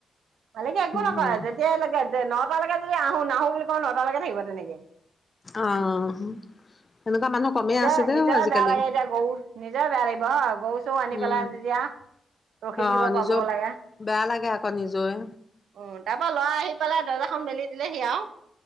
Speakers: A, on the right (about 75°); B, on the left (about 40°).
A: মালিকে একো
B: উম
A: নকয় যেতিয়া লৈকে যে নটালৈকে যদি আহো নাহোঁ বুলি- তোমাৰ নটালৈকে থাকিব তেনেকে।
B: অহ এনেকুৱা মানুহ কমেই
A: নিজৰ
B: আছে দেও
A: নিজৰ
B: আজিকালি
A: বেয়া লাগে এতিয়া গৰু। নিজৰ বেয়া লাগিব। গৰু চৰু আনি
B: উম
A: পেলাই যেতিয়া ৰখি
B: অ
A: থাকিব
B: নিজৰ
A: পাব লাগে
B: বেয়া লাগে আকৌ নিজৰে
A: উম। তাৰ পৰা ল'ৰা আহি পেলাই দৰ্জাখন মেলি। দিলেহি আৱ